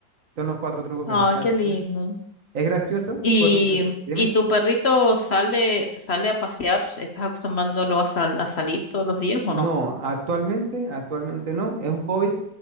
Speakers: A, on the right (about 50°); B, on the left (about 65°).
A: Son los cuatro trucos
B: Ah,
A: que se sabe.
B: qué lindo.
A: Es gracioso
B: Y,
A: porque, dime,
B: y tu perrito sale, sale a pasear, ¿estás acostumbrándolo a, sal- a salir todos los días o
A: no,
B: no?
A: actualmente, actualmente no, es un hobby